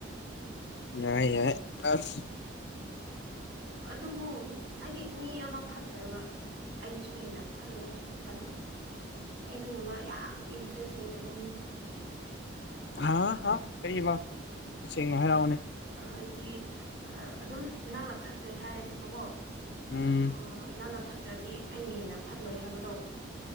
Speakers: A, on the left; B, on the right.
A: ꯌꯥꯏ ꯌꯥꯏ ꯑꯁ
B: ꯑꯗꯨꯕꯨ ꯍꯥꯏꯗꯤ ꯃꯤ ꯑꯃ ꯐꯠ ꯅꯠꯇ꯭ꯔꯒ ꯑꯩꯒꯤꯁꯨ ꯍꯦꯟꯅ ꯐꯠꯂꯣꯏ ꯍꯥꯏꯕꯗꯤ ꯇꯜꯂꯦ ꯑꯩ ꯑꯗꯨꯒꯨꯝꯕ ꯌꯥꯝ ꯏꯟꯇ꯭ꯔꯦꯁ ꯂꯩꯇꯕ ꯃꯤꯅꯦ
A: ꯍꯥ ꯍꯥ ꯀꯔꯤꯕ ꯇꯁꯦꯡꯅ ꯍꯥꯏꯔꯧꯅꯦ
B: ꯍꯥꯏꯗꯤ ꯑꯗꯨꯝ ꯅꯪꯅ ꯐꯠꯇ꯭ꯔꯦ ꯍꯥꯏꯔꯁꯦꯕꯀꯣ
A: ꯎꯝ
B: ꯑ ꯅꯪꯅ ꯐꯠꯇ꯭ꯔꯗꯤ ꯑꯩꯅ ꯍꯦꯟꯅ ꯐꯠꯂꯣꯏ ꯍꯥꯏꯕꯗꯣ